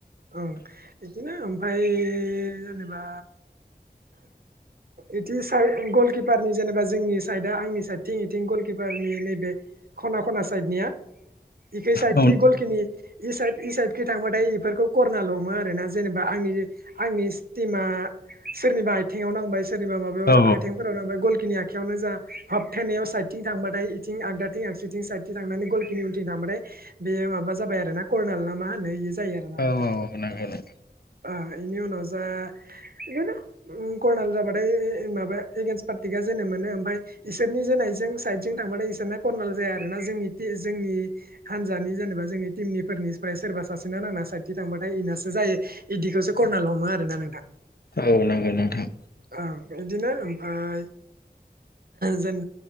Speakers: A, on the right; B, on the left.
A: ओ बिदिनो ओमफ्राय जेनेबा इथिं साइ गलकिपारनि जेनेबा जोंनि साइदआ आंनि साइडथिं इथिं गलकिपारनि नैबे खना खना साइदनिया इखै साइदथि
B: औ
A: गलखिनि इ साइद इ साइदखै थांबाथाय इफोरखौ करनाल हमो आरोना जेनेबा आंनि आंनि टिमा सोरनिबा आथिङाव नांबाय सोरनिबा माबायाव
B: औ
A: आइथिंफोरावनो गलखिनि आखयावनो जा हाबथेनायाव साइदथिं थांबाथाय इथिं आगदा थिं आगसिथिं साइदथिं थांनानै गलखिनि उनथिं थांबाथाय बेयो माबा जाबाय आरो ना कर्नाल नामा होनो यो जायो आरोना
B: औ
A: नोंथां
B: नंगौ नंगौ
A: ओ इनि उनाव ओ इदिनो करनाल जाबाथाय माबा एगेन्स्ट पार्टिया जोनो मोनो ओमफ्राय इसोरनि जोनायजों साइद जों थांबाथाय इसोरना करर्नाल जाया आरोना जोंनि ति जोंनि हानजानि जेनेबा जोंनि टिमनि फोरनिफ्राय सोरबा सासेनो नांनानै साइथि थांबाथाय इनासो जायो इदिखौसो करर्नाल हमो आरोना नोंथां।
B: औ नांगौ नोंथां।
A: ओं बिदिनो ओमफ्राय जेन